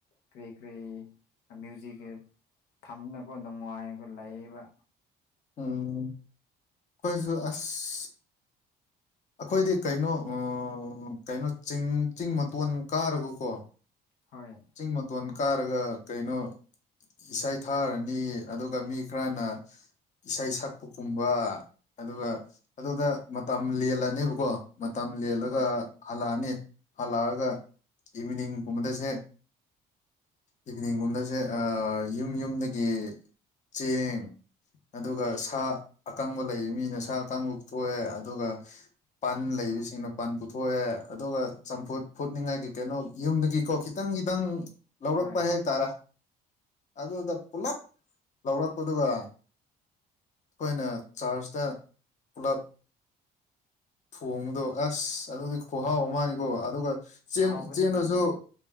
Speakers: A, on the left (about 80°); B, on the left (about 45°).
A: ꯀꯔꯤ ꯀꯔꯤ ꯑꯃ꯭ꯌꯨꯖꯤꯛꯒꯤ ꯊꯝꯅꯒꯣ ꯅꯨꯡꯉꯥꯏꯒ ꯂꯩꯕ
B: ꯎꯝ ꯀꯣꯏꯖꯨ ꯑꯁ ꯑꯈꯣꯏꯗꯤ ꯀꯩꯅꯣ ꯑꯥ ꯀꯩꯅꯣ ꯆꯤꯡ ꯆꯤꯡ ꯃꯇꯣꯟ ꯀꯥꯔꯒꯀꯣ
A: ꯍꯣꯏ
B: ꯆꯤꯡ ꯃꯇꯣꯟ ꯀꯥꯔꯒ ꯀꯩꯅꯣ ꯏꯁꯩ ꯊꯥꯔꯅꯤ ꯑꯗꯨꯒ ꯃꯤ ꯈꯔꯅ ꯏꯁꯩ ꯁꯛꯄꯒꯨꯝꯕ ꯑꯗꯨꯒ ꯑꯗꯨꯗ ꯃꯇꯝ ꯂꯦꯜꯂꯅꯦꯕꯀꯣ ꯃꯇꯝ ꯂꯦꯜꯂꯒ
A: ꯍꯣꯏ
B: ꯍꯜꯂꯛꯑꯅꯤ ꯍꯜꯂꯛꯑꯒ ꯏꯚꯤꯅꯤꯡꯒꯨꯝꯕꯗꯁꯦ ꯏꯚꯤꯅꯤꯡꯒꯨꯝꯕꯁꯦ ꯑꯥ ꯌꯨꯝ ꯌꯨꯝꯗꯒꯤ ꯆꯦꯡ ꯑꯗꯨꯒ ꯁꯥ ꯑꯀꯪꯕ ꯂꯩꯕ ꯃꯤꯅ ꯁꯥ ꯑꯀꯪꯕ ꯄꯨꯊꯣꯛꯑꯦ ꯑꯗꯨꯒ ꯄꯥꯟ ꯂꯩꯕꯁꯤꯡꯅ ꯄꯥꯟ ꯄꯨꯊꯣꯛꯑꯦ ꯑꯗꯨꯒ ꯆꯝꯐꯨꯠ ꯐꯨꯠꯅꯤꯡꯉꯥꯏ ꯀꯩ ꯀꯩꯅꯣ ꯌꯨꯝꯗꯒꯤꯀꯣ ꯈꯤꯠ ꯇꯪꯒꯤ ꯇꯪ ꯂꯧꯔꯛꯄ
A: ꯍꯣꯏ
B: ꯍꯥꯏꯕ ꯇꯔꯦ ꯑꯗꯨꯗ ꯄꯨꯂꯞ ꯂꯧꯔꯛꯄꯗꯨꯒ ꯑꯩꯈꯣꯏꯅ ꯆꯥꯔꯖꯇ ꯄꯨꯂꯞ ꯊꯣꯡꯕꯗꯣ ꯑꯁ ꯑꯗꯨꯗꯤ ꯈꯨꯍꯥꯎ ꯃꯥꯅꯤꯀꯣ ꯑꯗꯨꯒ ꯆꯦꯡ
A: ꯍꯥꯎꯕꯅꯤ
B: ꯆꯦꯡꯗꯁꯨ
A: ꯑꯗꯨꯗꯤ